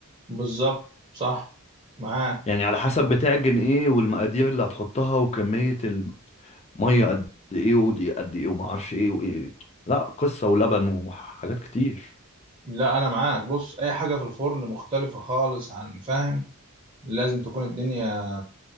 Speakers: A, on the right (about 30°); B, on the left (about 30°).
A: بالظبط صح معاك
B: يعني على حسب بتعجن ايه والمقادير اللي هتحطها وكمية المية قد ايه ودي قد ايه ومعرفش ايه وايه لا قصة ولبن وحاجات كتير
A: لا انا معاك بص اي حاجه في الفرن مختلفه خالص عن فاهم لازم تكون الدنيا